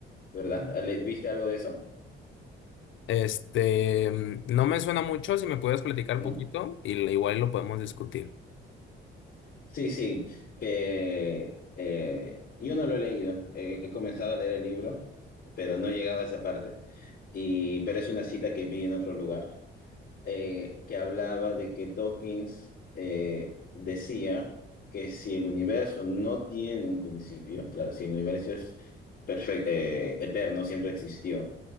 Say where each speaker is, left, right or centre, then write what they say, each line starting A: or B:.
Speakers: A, on the left (about 55°); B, on the left (about 75°).
A: ¿verdad? ¿Le- ¿Viste algo de eso?
B: Este, mm, no me suena mucho, si me puedes platicar
A: ¿No?
B: poquito, y l- igual lo podemos discutir.
A: Sí, sí, que eh, yo no lo he leído. Eh, he comenzado a leer el libro, pero no he llegado a esa parte. Y, pero es una cita que vi en otro lugar, eh, que hablaba de que Dawkins eh, decía que si el universo no tiene un principio, claro, si el universo es perfec- eh, eterno, siempre existió,